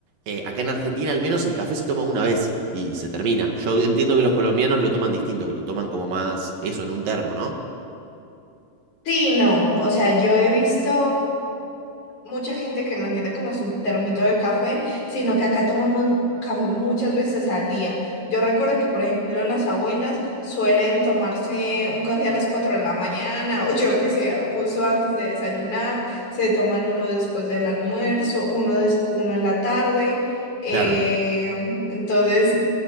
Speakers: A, on the right (about 65°); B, on the left (about 50°).
A: eh, acá en Argentina al menos el café se toma una vez y se termina. Yo entiendo que los colombianos lo toman distinto, que lo toman como más eso en un termo, ¿no?
B: Sí, no, o sea, yo he visto mucha gente que mantiene como su termito de café, sino que acá tomamos café muchas veces al día. Yo recuerdo que, por ejemplo, las abuelas suelen tomarse un café a las 4 de la mañana, o yo que sé, justo antes de desayunar, se toman uno después del almuerzo, uno, des- uno en la tarde. eh,
A: Claro.
B: entonces,